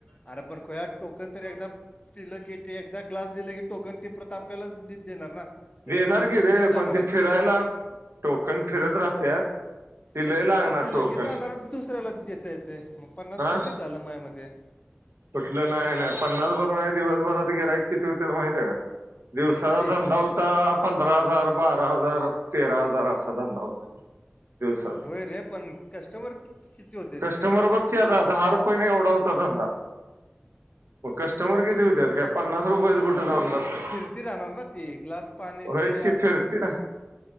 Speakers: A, on the left (about 30°); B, on the right (about 85°).
A: आरं पण खुळ्या टोकन तरी एकदा पिलं की ते एकदा ग्लास दिले की टोकन ते परत आपल्यालाच देणार ना ते
B: देणार
A: काय घेऊन
B: की
A: तू
B: रे
A: थोडी जाणार
B: पण ते
A: आहेत
B: फिरायला टोकन फिरत राहत्यात
A: मग
B: लय
A: ते
B: लागणार
A: प पिलं
B: टोकन
A: के जाणारच दुसऱ्याला देता येते मग पन्नास
B: हा
A: भर लई झालं माया मते
B: कुठलं नाही नाही पन्नासभर नाही दिवसभरात गिरायक किती होतील माहिते का दिवसाचा
A: किती
B: धंदा होता पंधरा हजार बारा हजार तेरा हजार असा धंदा होता दिवसाचा
A: होय रे पण कस्टमर किती होते
B: कस्टमर
A: ते कस्टमरचं
B: बघ की आता
A: किती
B: दहा रू पयनं एवढा होता धंदा कस्टमर किती हुत्यात काय पन्नास रुपयाच
A: अरे
B: कुठे
A: पण
B: जाऊन
A: ते
B: बसायचं
A: फिरती राहणार ना ती ग्लास पाणी
B: होयच
A: ते
B: की
A: आता
B: फिर तिला